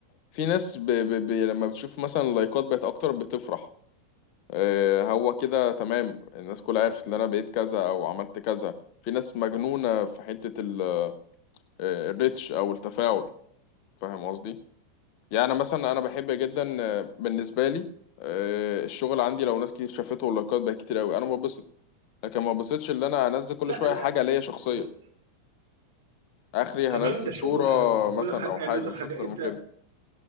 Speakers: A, on the left; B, on the right.
A: في ناس ب... ب... ب... لما بتشوف مثلا اللايكات بقت اكتر بتفرح آه، هو كده تمام الناس كلها عرفت ان انا بقيت كذا او عملت كذا في ناس مجنونة في حتة ال... آه، الريتش او التفاعل فاهم قصدي يعني مثلا انا بحب جدا آه، بالنسبة لي آه، الشغل عندي لو ناس كتير شافته واللايكات بقت كتير قوي انا ببسط لكن ما ببسطش ان انا انزل كل
B: لا
A: شوية
B: لا
A: حاجة
B: لا,
A: ليا شخصية
B: لا.
A: اخري هنزل
B: تمام ده شغل
A: صورة
B: انا مش بقول
A: مثلا
B: لك حاجه
A: او
B: انا
A: حاجة
B: عايز أقول لك
A: مش
B: حاجه
A: اكتر
B: انت
A: من كده